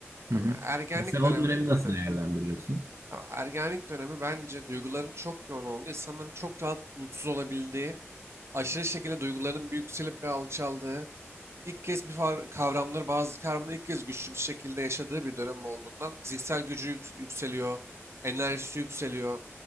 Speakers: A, on the right; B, on the right.
A: Ama
B: Hı hı.
A: ergenlik
B: Mesela
A: dönemi.
B: o dönemi nasıl
A: Aynen.
B: değerlendiriyorsun?
A: Ya Ergenlik dönemi bence duyguların çok yoğun olduğu, insanların çok rahat mutsuz olabildiği, aşırı şekilde duygularının bir yükselip bir alçaldığı, ilk kez bir far- kavramları, bazı kavramları ilk kez güçlü bir şekilde yaşadığı bir dönem olduğundan fiziksel gücü yük- yükseliyor, enerjisi yükseliyor,